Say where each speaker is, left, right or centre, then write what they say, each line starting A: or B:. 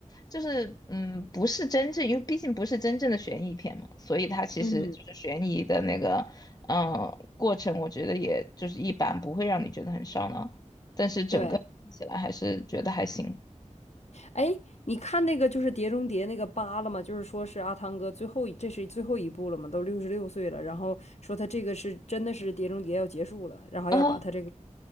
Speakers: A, on the left (about 30°); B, on the left (about 60°).
A: 就是嗯，不是真正，因为毕竟不是真正的悬疑片嘛，所以它其实就是悬疑的那个嗯过程，
B: 嗯，
A: 我觉得也就是一般，不会让你觉得很烧脑。但是整个看起来还是觉得还行
B: 对。哎，你看那个就是《碟中谍》那个八了吗？就是说是阿汤哥最后一，这是最后一部了嘛，都六十六岁了，然后说他这个是真的是《碟中谍》要结束了，然后要把他这个
A: 啊。<laughs>